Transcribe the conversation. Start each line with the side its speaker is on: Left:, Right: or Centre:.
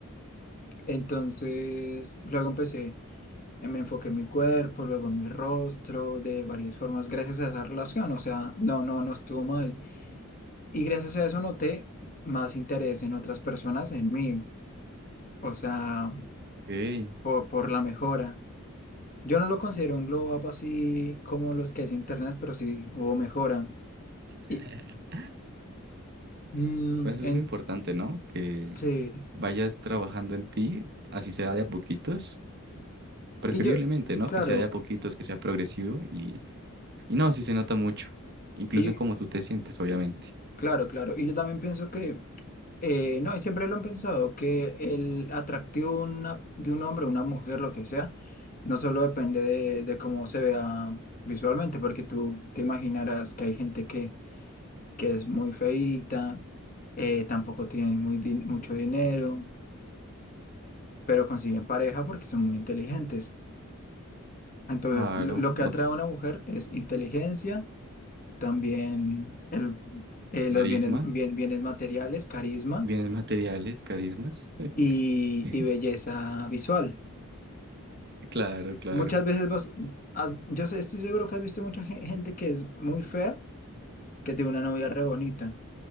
Left: Entonces, luego empecé, eh, me enfoqué en mi cuerpo, luego en mi rostro, de varias formas, gracias a esa relación, o sea, no, no, no estuvo mal. Y gracias a eso noté más interés en otras personas, en mí, o sea,
Right: Ey,
Left: por por la mejora. Yo no lo considero un glow up así como los que hace internet, pero sí hubo mejora.
Right: <laughs>
Left: Y, mm,
Right: Eso
Left: en-
Right: es lo importante, ¿no? Que
Left: sí.
Right: vayas trabajando en ti, así sea de a poquitos, preferiblemente,
Left: Y yo,
Right: ¿no?
Left: claro,
Right: Que sea de a poquitos, que sea progresivo Y no, sí se nota mucho, incluso
Left: y yo-
Right: en cómo tú te sientes, obviamente.
Left: claro, claro. Y yo también pienso que, eh, no, y siempre lo han pensado, que el atractivo de una- de un hombre, una mujer, lo que sea, no solo depende de, de cómo se vea visualmente, porque tú te imaginarás que hay gente que, que es muy feíta, eh, tampoco tiene muy, din- mucho dinero. pero consiguen pareja porque son muy inteligentes. Entonces,
Right: Claro,
Left: lo, lo que
Right: o
Left: atrae a una mujer es inteligencia, también el, eh,
Right: tu
Left: los
Right: carisma,
Left: bienes, bien- bienes materiales, carisma
Right: bienes materiales, carismas.
Left: y,
Right: <laughs>
Left: y belleza visual.
Right: Claro, claro.
Left: Muchas veces vas, has- yo sé- estoy seguro que has visto mucha gen- gente que es muy fea, que tiene una novia re bonita